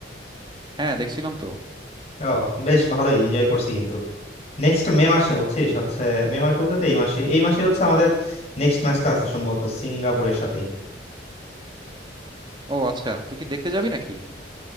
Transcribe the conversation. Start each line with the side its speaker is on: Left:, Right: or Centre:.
Right: হ্যাঁ দেখছিলাম তো
Left: ও বেশ ভালোই এনজয় করছি কিন্তু নেক্সট মে মাসে বুঝছিস হচ্ছে মে মাস বলতে তো এই মাসে এই মাসে হচ্ছে আমাদের নেক্সট ম্যাচটা আছে সম্ভবত সিঙ্গাপুরের সাথেই
Right: ও আচ্ছা তুই কি দেখতে যাবি নাকি